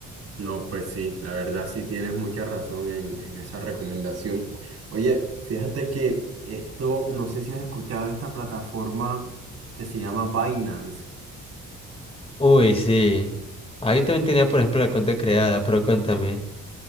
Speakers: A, on the right (about 55°); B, on the left (about 20°).
A: No, pues sí, la verdad sí tienes mucha razón en, en esa recomendación. Oye, fíjate que esto, no sé si has escuchado esta plataforma que se llama Binance.
B: Uy, sí. Ah, yo también tenía, por ejemplo, la cuenta creada, pero cuéntame.